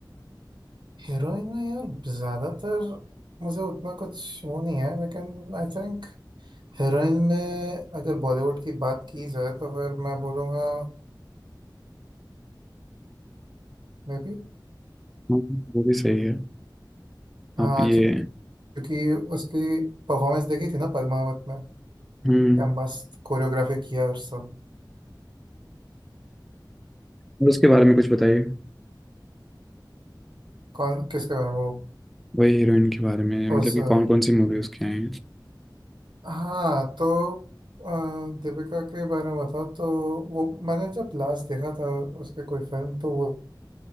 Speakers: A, on the right; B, in the centre.
A: हीरोइन में यार ज्यादातर मुझे उतना कुछ वो नहीं है लेकिन आई थिंक हीरोइन में अगर बॉलीवुड की बात की जाए तो फिर मैं बोलूँगा मे बी
B: हाँ वो भी सही है
A: हाँ
B: आप ये
A: क्यों- क्योंकि उसकी परफॉर्मेंस देखी थी ना पद्मावत में
B: हम्म
A: क्या मस्त कोरियोग्राफी किया और सब
B: और उसके बारे में कुछ बताइए
A: कौन किसके बारे में वो
B: वही हीरोइन के बारे में
A: उस
B: मतलब कि
A: अ,
B: कौन कौन सी मूवी उसके आई हैं
A: हाँ तो अ, दीपिका के बारे में बताओ तो वो मैंने जब लास्ट देखा था उसके कोई फिल्म तो वो